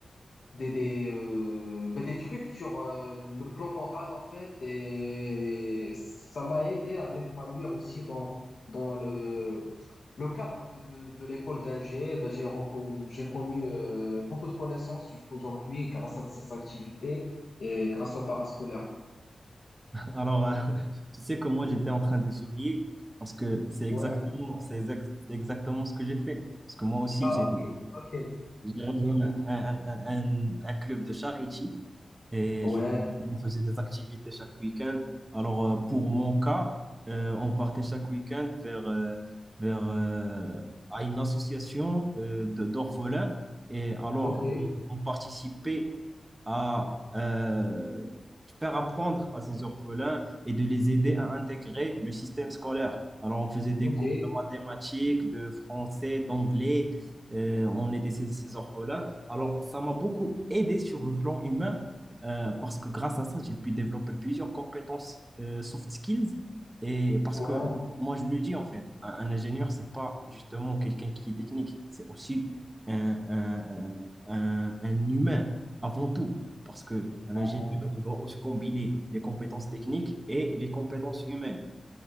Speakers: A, on the left; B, on the right.
A: des, des, euh, ben, des trucs sur euh, le plan moral, en fait, et ça m'a aidé à m'épanouir aussi dans, dans le, le cadre de, de, de l'école d'Angers. Ben, j'ai reco- j'ai connu euh, beaucoup de connaissances jusqu'aujourd'hui grâce à ces activités et grâce au parascolaire.
B: Alors, euh, <laughs> tu sais que moi, j'étais en train de sourire parce que c'est exactement,
A: Ouais.
B: c'est exact- c'est exactement ce que j'ai fait. Parce que moi aussi,
A: Ah,
B: j'ai
A: ok, ok.
B: j'ai rejoint un, un- un- un club de charity et
A: Ouais,
B: je- on faisait des activités chaque week-end. Alors, euh, pour mon cas, euh, on partait chaque week-end vers, euh, vers, euh, à une association euh, de- d'orphelins. Et alors,
A: ok,
B: on on participait à euh, faire apprendre à ces orphelins et de les aider à intégrer le système scolaire. Alors, on faisait des
A: ok.
B: cours de mathématiques, de français, d'anglais. Euh, on était ces, ces orphelins. Alors, ça m'a beaucoup aidé sur le plan humain euh, parce que grâce à ça, j'ai pu développer plusieurs compétences euh, soft skills. Et parce
A: Ouais,
B: que moi, je le dis en fait, un, un ingénieur, c'est pas justement quelqu'un qui est technique, c'est aussi un, un, un, un un humain avant tout. Parce que un
A: ouais,
B: ingénieur, il doit aussi combiner les compétences techniques et les compétences humaines.